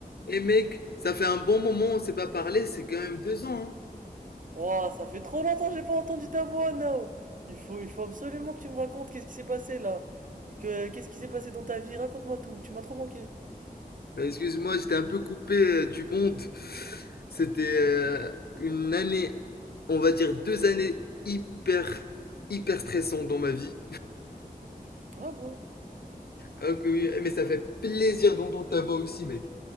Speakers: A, on the left; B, on the right.
A: Et mec, ça fait un bon moment, on s'est pas parlé, c'est quand même deux ans. hein.
B: Wow, ça fait trop longtemps que j'ai pas entendu ta voix, Nao. Il faut, il faut absolument que tu me racontes qu'est-ce qui s'est passé là. Que- Qu'est-ce qui s'est passé dans ta vie? Raconte-moi tout, tu m'as trop manqué.
A: Bah, excuse-moi, j'étais un peu coupé euh, du monde. C'était euh, une année, on va dire deux années hyper, hyper stressantes dans ma vie.
B: Ah bon?
A: Ah que oui, mais ça fait plaisir d'entendre ta voix aussi, mec.